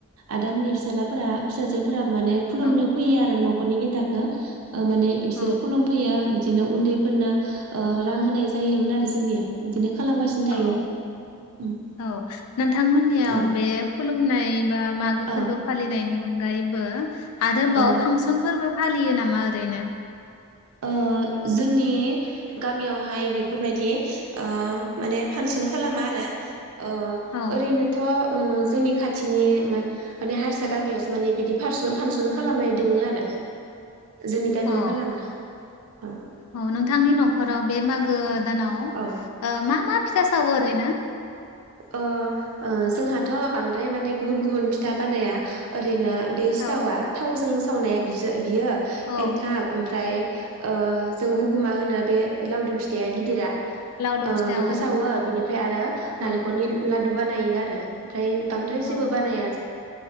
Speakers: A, on the right (about 70°); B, on the left (about 85°).
A: आदामोननि फिसालाफोरा फिसाजोफोरा माने खुलुमनो
B: औ
A: फैयो आरो न'खरनि गेथाखो ओ माने बिसोरो
B: औ
A: खुलुमफैयो। बिदिनो उन्दैफोरनो ओ रां होनाय जायोमोन आरो जोंनिया बिदिनो खालामगासिनो। थायो
B: औ
A: उम
B: औ नोंथांमोननियाव
A: औ
B: बे खुलुमनाय बा मागो
A: औ
B: फोरबो फालिनायनि अनगायैबो आरोबाव
A: औ
B: फां सन फोरबो फालियो नामा ओरैनो?
A: ओ जोंनि गामियावहाय बेफोरबायदि ओ माने फांसन खालामा आरो ओ
B: औ
A: ओरैनोथ' ओ जोंनि खाथिनि माने हारसा गामियावसो माने बिदि फारसन फांसन खालामनाय दोङो आरो। जोंनि गामियाव
B: औ
A: खालामा। औ
B: औ नोंथांनि न'खराव बे मागो दानाव
A: औ
B: ओ मा मा फिथा सावो ओरैनो?
A: ओ ओ जोंहाथ' बांद्राय माने गुबुन गुबुन फिथा बानाया ओरैनो बे सिथावा
B: औ
A: थावजों सावनाया बि बियो
B: औ
A: एन्थाब ओमफ्राय ओ जों हुगुमा होनो बे लावदुम फिथा गिदिरा
B: लावदुम
A: ओ
B: फिथा
A: बेखौ
B: औ
A: सावो। बिनिफ्राय आरो नालें
B: औ
A: खरनि लादु बानायो आरो ओमफ्राय बांद्राय
B: औ
A: जेबो बानाया।